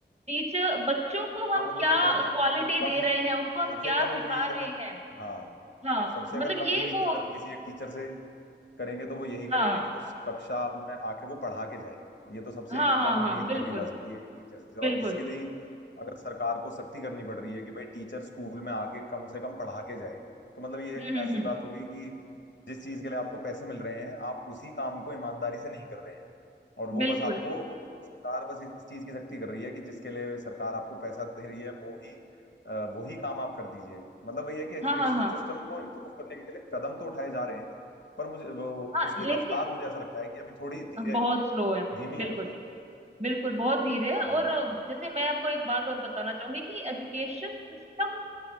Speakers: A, on the right; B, on the left.
A: टीचर बच्चों को हम
B: हाँ मतलब
A: क्या
B: ये बहुत
A: क्वालिटी
B: ही कम
A: दे रहे हैं उनको हम
B: सबसे
A: क्या
B: कम
A: सिखा
B: उम्मीद
A: रहे
B: अगर
A: हैं
B: हाँ
A: हाँ
B: सबसे
A: मतलब
B: अगर
A: ये
B: कम उम्मीद
A: वो
B: अगर हम किसी एक टीचर से करेंगे तो वो यही करेंगे
A: हाँ
B: कि वो स- कक्षा में आके वो पढ़ा के जाए ये तो सबसे
A: हाँ हाँ
B: कम उम्मीद
A: हाँ बिल्कुल
B: करी जा सकती है एक टीचर से
A: बिल्कुल
B: और इसके लिए ही अगर सरकार को सख्ती करनी पड़ रही है कि भाई टीचर स्कूल में आके कम से कम पढ़ा के जाए तो मतलब ये
A: हम्म हम्म
B: ऐसी
A: हम्म,
B: बात हो गई कि जिस चीज के लिए आपको पैसे मिल रहे हैं आप उसी काम को ईमानदारी से नहीं कर रहे हैं और वो
A: बिल्कुल
B: बस आपको सरकार बस इस चीज की सख्ती कर रही है कि जिसके लिए सरकार आपको पैसा दे रही है वो ही अ, वो ही काम आप कर दीजिए मतलब वही है कि एजुकेशन
A: हाँ हाँ हाँ
B: सिस्टम को इम्प्रूव करने के लिए कदम तो उठाए जा रहे हैं पर मुझे वो
A: हाँ
B: उसकी
A: लेकिन
B: रफ्तार मुझे ऐसा लगता है कि अभी थोड़ी धीरे
A: अ, बहुत
B: है
A: स्लो है
B: धीमी
A: बिल्कुल
B: है रफ्तार
A: बिल्कुल बहुत धीरे है
B: जी
A: और अ,
B: जी
A: जैसे मैं आपको एक बात और बताना चाहूंगी कि एजुकेशन सिस्टम